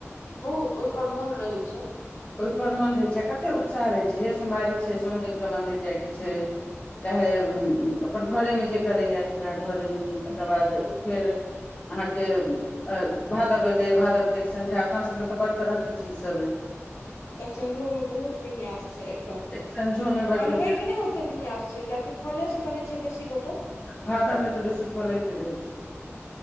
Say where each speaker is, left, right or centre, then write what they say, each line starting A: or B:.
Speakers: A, on the left; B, on the left.
A: बहुत ओहिपर मोन रहैत छै
B: ओहिपर मोन रहै छै कतेक उत्साह रहैत छै हे सोमवारी छै सोम दिनके मन्दिर जायके छै चाहे अपन घरेमे जे करैए तकरा घरेमे तकर बाद फेर अहाँके भादव एले भादव के एक संझा अपना सबमे तऽ बड़ तरह के चीज सब होय छै
A: एक संझो मे बहुत विन्यास छै एकर
B: एक संझोमे बड
A: बनबै
B: बिनियान,
A: के नहि हो कते विन्यास छै कियाकि फले से करै छै बेसी गोटे
B: भादबमे तऽ बेसी फलेके रहै छै